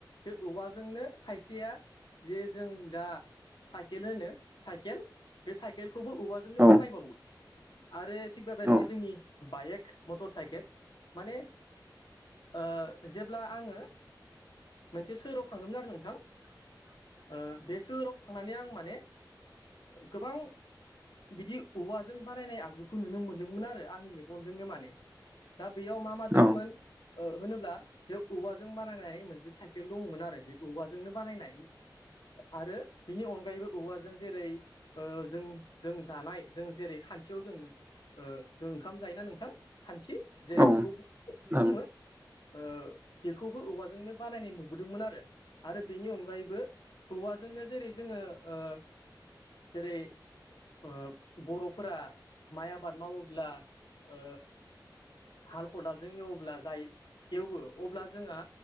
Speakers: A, on the left; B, on the right.
A: बे औवाजोंनो खायसेया जे जों दा साइकेल होनो साइकेल बे साइकेलखौबो औवाजोंनो
B: औ
A: बानायबावो आरो थिग बेबायदिनो
B: औ
A: जोंनि बायेक मटर साइकेल माने ओ जेब्ला आङो मोनसे सोहोराव थांदोंमोन आरो नोंथां।
B: <inaudible>
A: ओ बे सोहोराव थांनानै आं माने गोबां बिदि औवाजों बानायनाय आगजुखौ नुनो मोनदोंमोन आरो आंनि मेगनजोंनो माने दा बेयाव मा मा दोङोमोन
B: औ
A: ओ होनोब्ला बे औवाजों बानायनाय मोनसे साइकेल दङमोन आरो बे औवाजोंनो बानायनाय आरो बिनि अनगायैबो औवाजों जेरै ओ जों जों जानाय जों जेरै खानसियाव जोङो ओ जों ओंखाम जायोना नोंथां खानसि जेरै
B: ओं
A: बेखो <unintelligible> बेखौ
B: औ
A: बुङो ओ बेखौबो औवाजोंनो बानायनाय नुबोदोंमोन आरो आरो बेनि अनगायैबो औवाजोंनो जेरै जोङो ओ जेरै ओ बर'फोरा माइ आबाद मावोब्ला ओ हाल खदालजों एवोब्ला जाय एवो अब्ला जोङा